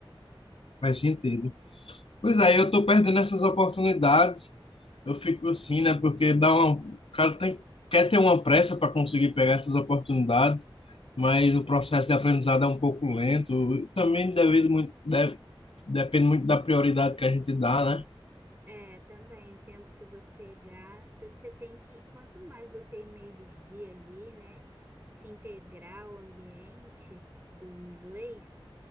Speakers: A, on the left (about 80°); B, on the right (about 25°).
A: faz sentido. Pois aí eu tô perdendo essas oportunidades, eu fico assim, né? Porque dá uma, o cara tem, quer ter uma pressa para conseguir pegar essas oportunidades, mas o processo de aprendizado é um pouco lento, e também devido muito, deve, depende muito da prioridade que a gente dá, né?
B: É, também o tempo que você gasta, você tem que, quanto mais você emergir ali, né? Se integrar ao ambiente do inglês,